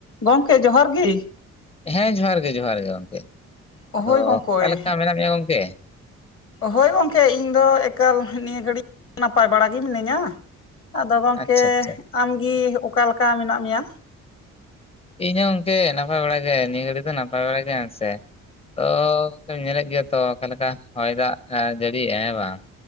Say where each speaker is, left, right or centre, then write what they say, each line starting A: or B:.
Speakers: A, on the left; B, on the left.
A: ᱜᱚᱝᱠᱮ ᱡᱚᱦᱟᱨ ᱜᱤ᱾
B: ᱦᱮᱸ ᱡᱚᱦᱟᱨ ᱜᱮ ᱡᱚᱦᱟᱨ ᱜᱮ ᱜᱚᱝᱠᱮ
A: ᱦᱳᱭ
B: ᱟᱫᱚ
A: ᱜᱚᱢᱠᱮ
B: ᱚᱠᱟ ᱞᱮᱠᱟ ᱢᱮᱱᱟᱜ ᱢᱮᱭᱟ ᱜᱚᱝᱠᱮ?
A: ᱦᱳᱭ ᱜᱚᱝᱠᱮ ᱤᱧ ᱫᱚ ᱮᱠᱟᱞ ᱱᱤᱭᱟᱹ ᱜᱷᱟᱹᱲᱤᱡ ᱱᱟᱯᱟᱭ ᱵᱟᱲᱟ ᱜᱤ ᱢᱤᱱᱟᱹᱧᱟ᱾ ᱟᱫᱚ ᱜᱚᱝᱠᱮ
B: ᱟᱪᱪᱷᱟ ᱟᱪᱪᱷᱟ
A: ᱟᱢ ᱜᱤ ᱚᱠᱟ ᱞᱮᱠᱟ ᱢᱮᱱᱟᱜ ᱢᱤᱭᱟ?
B: ᱤᱧ ᱦᱚᱸ ᱜᱚᱝᱠᱮ ᱱᱟᱯᱟᱭ ᱵᱟᱲᱟ ᱜᱮ ᱱᱤᱭᱟᱹ ᱜᱷᱟᱹᱲᱤᱡ ᱫᱚ ᱱᱟᱯᱟᱭ ᱵᱟᱲᱟ ᱜᱮ ᱦᱮᱸ ᱥᱮ᱾ ᱛᱚ ᱜᱚᱝᱠᱮ ᱧᱮᱞᱮᱫ ᱜᱮᱭᱟ ᱛᱚ ᱚᱠᱟ ᱞᱮᱠᱟ ᱦᱚᱭ ᱫᱟᱜᱽ ᱮ ᱡᱟᱹᱲᱤᱭᱮᱜ-ᱟᱭ ᱦᱮᱸ ᱵᱟᱝ᱾